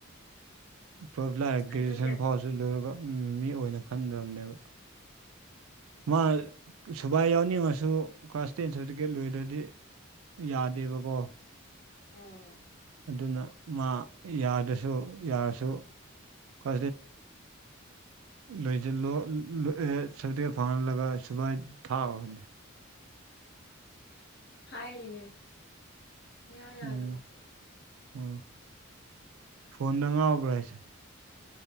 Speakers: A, on the right (about 85°); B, on the left (about 50°).
A: ꯇꯨꯌꯦꯜꯞ ꯂꯥꯛꯑꯦ
B: ꯑꯗꯨꯒꯤ
A: ꯒ꯭ꯔꯦꯖꯨꯌꯦꯁꯟ ꯐꯥꯎꯁꯨ ꯂꯣꯏꯔꯒ ꯃꯤ ꯑꯣꯏꯅ ꯈꯟꯗ꯭ꯔꯕꯅꯦꯕ ꯃꯥ ꯁꯨꯕꯥꯏ ꯌꯥꯎꯅꯤꯡꯉꯁꯨ ꯀ꯭ꯂꯥꯁ ꯇꯦꯟ ꯁꯥꯔꯇꯤꯐꯤꯀꯦꯠ ꯂꯣꯏꯔ꯭ꯔꯗꯤ ꯌꯥꯗꯦꯕꯀꯣ
B: ꯎꯝ
A: ꯑꯗꯨꯅ ꯃꯥ ꯌꯥꯗ꯭ꯔꯁꯨ ꯌꯥꯔꯁꯨ ꯈ ꯂꯣꯏꯁꯤꯂꫭ ꯁꯔꯇꯤꯐꯤꯀꯦꯠ ꯐꯪꯍꯜꯂꯒ ꯁꯨꯃꯥꯏ ꯊꯥꯒ꯭ꯔꫭꯅꯦ
B: ꯍꯥꯏꯔꯤꯅꯦ ꯨꯡꯌꯥ ꯌꯥꯗꯕ
A: ꯎꯝ ꯑꯣ ꯐꯣꯟꯗ ꯉꯥꯎꯕ꯭ꯔꯥ ꯍꯥꯏꯁꯦ